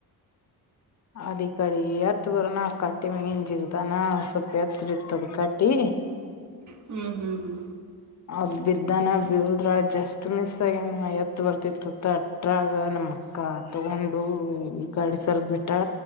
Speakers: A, on the left; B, on the right.
A: ಅದ ಇಕಾಡಿ ಎತ್ ಬರನಾ ಕಟ್ಟಿ ಮ್ಯಾಗಿಂದ ಜಿಗದಾನ ಸ್ವಲ್ಪ ಎತ್ರಾ ಇತ್ತದ ಕಟ್ಟಿ
B: ಹ್ಮ್ ಹ್ಮ್ ಹ್ಮ್
A: ಅದ್ ಬಿದ್ದಾನ ಬಿಳುದ್ರಾಗ ಜಸ್ಟ್ ಮಿಸ್ ಆಗ್ಯನ ಇವ ಎದ್ದ ಬರ್ತಿತ್ತ ಅಂತ ಅಟ್ರಾಗ್ ನಮ ನಮ್ಮ ಅಕ್ಕ ತಗೊಂಡು ಈ ಕಡಿ ಸರದ ಬಿಟ್ಟಳ